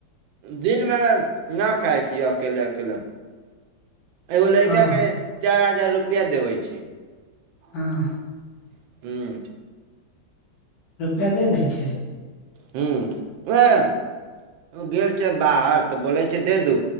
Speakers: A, on the right; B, on the left.
A: दिन में ना खाइ छियै अकेले अकेले एगो ल‌इकाके
B: हँ
A: चार हजार रुपैया देबै छी हम्म
B: हँ रुपया दे दै छै
A: हूम्म <unintelligible> ओ गेल छै बाहर तऽ बोलै छै दे दू